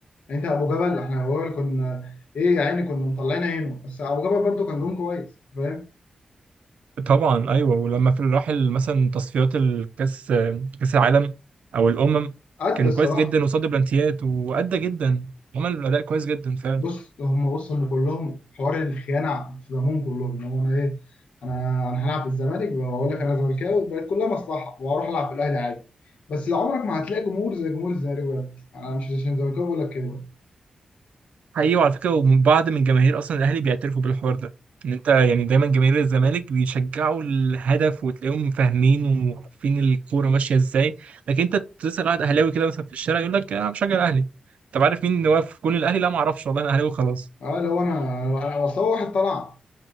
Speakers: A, on the left; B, on the right.
A: يعني انت ابو جبل احنا هو اللي كنا ايه يا عيني كنا مطلعين عينه بس ابو جبل برضو كان جون كويس فاهم
B: طبعا ايوه ولما في الراحل مثلا تصفيات الكاس كاس العالم او الامم
A: قد
B: كان
A: الصراحه
B: كويس جدا وصد بلانتيات وادى جدا عمل اداء كويس جدا فعلا
A: بص هم وصلوا ان كلهم حوار الخيانه في دمهم كلهم ان هو انا ايه انا انا هلعب في الزمالك واقول لك انا زملكاوي بقت كلها مصلحه واروح العب في الاهلي عادي بس لو عمرك ما هتلاقي جمهور زي جمهور الزمالك بجد انا مش عشان زملكاوي بقول لك كده
B: حقيقي وعلى فكره وبعض من جماهير اصلا الاهلي بيعترفوا بالحوار ده ان انت يعني دايما جماهير الزمالك بيشجعوا الهدف وتلاقيهم فاهمين وعارفين الكوره ماشيه ازاي لكن انت تسال واحد اهلاوي كده مثلا في الشارع يقول لك انا بشجع الاهلي طب عارف مين اللي واقف في جون الاهلي لا ما اعرفش والله انا اهلاوي خلاص
A: اه لو انا انا أنا- اصل هو واحد طلع